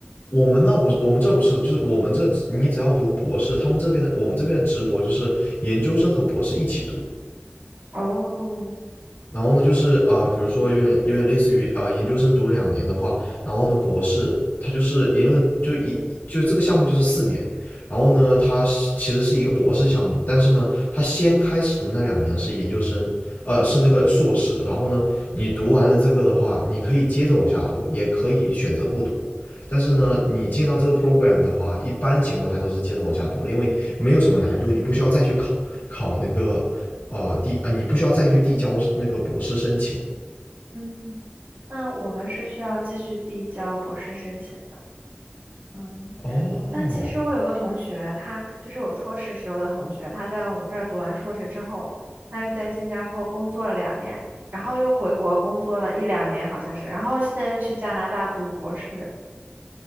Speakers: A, on the left; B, on the right.
A: 我们那不是，我们这不是的，就是我们这你只要读博士，他们这边的我们这边的直博就是研究生和博士一起读，
B: 哦，
A: 然后呢，就是啊、呃比如说有点有点类似于啊、呃研究生读两年的话，然后呢，博士他就是研究生就一就这个项目就是四年，然后呢，他其实是一个博士项目，但是呢，他先开始的那两年是研究生，呃，是那个硕士，然后呢，你读完了这个的话，你可以接着往下读，也可以选择不读。但是呢，你进到这个 program 的话，一般情况下都是接着往下读了，因为没有什么难度，你不需要再去考考那个啊，递啊，你不需要再去递交那个博士申请。
B: 嗯，那我们是需要继续递交博士申请的。嗯，
A: 哦，
B: 但其实我有个同学，他就是我硕士时候的同学，他在我们这儿读完硕士之后，他又在新加坡工作了两年，然后又回国工作了一两年，好像是，然后现在又去加拿大读博士。